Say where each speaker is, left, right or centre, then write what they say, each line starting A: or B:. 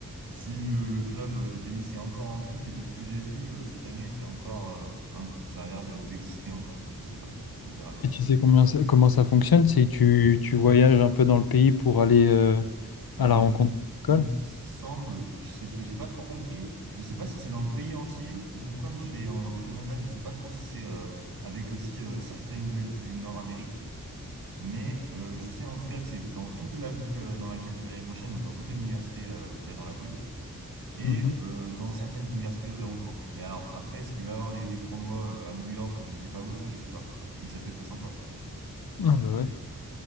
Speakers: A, on the right (about 85°); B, on the left (about 85°).
A: si le, le club euh, tennis est encore en vie, mais de ce que j'ai vu euh, cette année, c'est encore, euh, un- ça a l'air de- d'exister encore. Je sais pas, on verra bien.
B: Et tu sais combien ça- comment ça fonctionne? C'est que tu, tu voyages un peu dans le pays pour aller euh,
A: Euh,
B: à la rencontre de
A: il
B: l'école.
A: me semble, je sais, j'ai pas trop compris. Je sais pas si c'est dans le pays entier ou comme je vais en- au Canada, je sais pas trop si c'est euh, avec aussi euh, certaines villes du Nord-Amérique. Mais euh, je sais en tout cas que c'est dans toute la ville euh, dans laquelle je vais l'année prochaine, donc dans toutes les universités euh, qu'il y a dans la ville et
B: Mhm.
A: euh, dans certaines universités aux alentours. Mais alors après, est-ce qu'il va y avoir des, des tournois euh, à New York ou je sais pas où, ça je sais pas. Mais ça peut être très sympa.
B: Ah bah ouais.